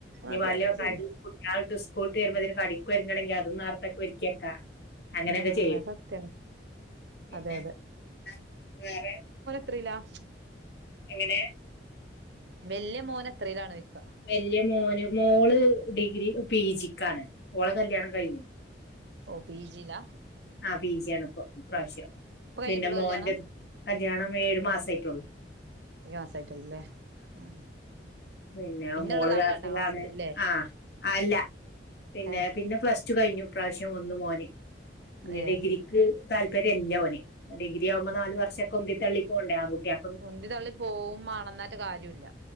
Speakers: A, on the left (about 60°); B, on the right (about 70°).
A: നീ
B: അതെ
A: വല്യ
B: അതെ
A: കൈ
B: ശരിയാ
A: കുട്ട്യാള്ട്ടു സ് സ്ക്കൂള് ട്ട് വരുമ്പോതിന് കടിക്കൊരുങ്ങണെങ്കി അതും നാർത്തൊക്കെ ഒരുക്കി വെക്കാ അങ്ങനെക്കെ
B: ഉം ഉം
A: ചെയ്യും
B: അത് സത്യാണ്
A: പിന്നെന്താ
B: അതെ
A: വേറെ?
B: ത്രീലാ
A: എങ്ങനെ
B: വെല്ല്യ, മോനെത്രെലാണ് ഒയ്കാ?
A: വെല്ല്യ മോന്, മോള്, ഡിഗ്രി, പി, ജി, ക്കാണ്. ഓളെ കല്യാണം കഴിഞ്ഞു.
B: ഓഹ്, പി, ജി, ലാ?
A: ആഹ്, പി, ജി, ആണ്. ഇപ്പൊ, ഇപ്രാവ്ശ്യം.
B: ഇപ്പൊ കഴിഞ്ഞിട്ടുള്ളൂ
A: പിന്നെ, മോന്റെകല്യാണം.
B: കല്യാണം
A: ഏഴു, മാസ ആയിറ്റൊള്ളൂ.
B: ഏയ്, മസായിറ്റൊള്ളു ലെ? ആഹ്.
A: പിന്നെ, മോള്
B: ഉള്ളതാണ്
A: കാസിലാണ്.
B: രണ്ടാം ക്ലാസ്സില് ല്ലേ
A: ആഹ്, അല്ല. പിന്നെ,
B: ഏഹ്
A: പിന്നെ, പ്ലസ് ടു, കഴിഞ്ഞു. ഇ പ്രാവശ്യം ഒന്ന് മോന്. ഇഞ്ഞ്
B: ഏഹ്
A: ഡിഗ്രി ക്ക്, താല്പര്യം ല്ല. ഓന്, ഡിഗ്രി ആവുമ്പോ, നല് വർഷക്കുന്തി തള്ളി പോണ്ടേ. ആങ്കുട്ട്യാ
B: ഉന്തി, തള്ളി, പോവുമാണം ന്നാറ്റ്- കാര്യുല്ല.